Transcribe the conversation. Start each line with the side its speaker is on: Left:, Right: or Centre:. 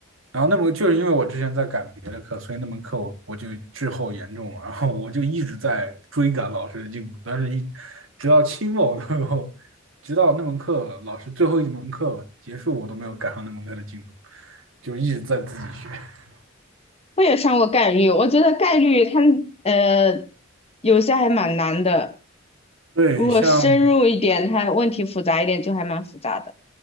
Right: 然后那门就是因为我之前在赶别的课，所以那门课我我就滞后严重了，然后我就一直在追赶老师的进度，但是一直到期末我都没有，直到那门课老师最后一门课结束，我都没有赶上那门课的进度，就一直在自己学。<laughs>
Left: 我也上过概率，我觉得概率它呃有些还蛮难的，
Right: 对，
Left: 如果深入一点，
Right: 像
Left: 它问题复杂一点，就还蛮复杂的。